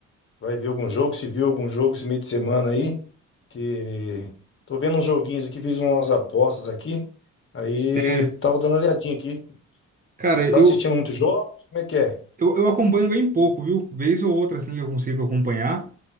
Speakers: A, on the left; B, on the right.
A: vai ver algum jogo, se viu algum jogo esse meio de semana aí, que tô vendo uns joguinhos aqui, fiz umas apostas aqui. Aí
B: Sério.
A: tava dando uma olhadinha aqui.
B: Cara, eu,
A: Tá assistindo muitos jogos? Como é que é?
B: eu, eu acompanho bem pouco, viu? Vez ou outra, assim, eu consigo acompanhar.